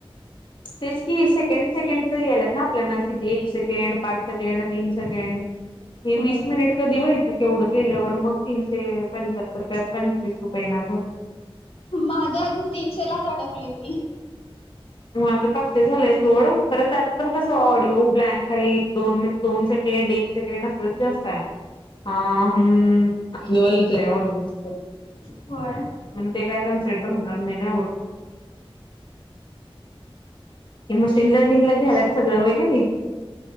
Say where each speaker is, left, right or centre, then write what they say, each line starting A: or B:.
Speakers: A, on the left; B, on the left.
A: तेच की सेकंड सेकंड यालात ना आपल्याला कि एक सेकंड पाच सेकंड तीन सेकंड हे
B: होय
A: वीस मिनिट कधी व्हायचं केवढं गेल्यावर मग तीनशे पंच्याहत्तर पंचवीस रुपये होते
B: माझं अजून तीनशे ला काडकलोय मी,
A: माझं पाचशे झालंय. सोड तर त्यात पण कस ऑडिओ ब्लँक दोन दोन सेक ड एक सेकंड असतच जास्त आहे. हा हम्म असल वालच आहे ऑलमोस्ट, तर.
B: होय.
A: ते काय कन्सिडर होणार नाही. ना एवढं, मशीन लर्निंग ला घ्यालात सगळं वैय का नाही.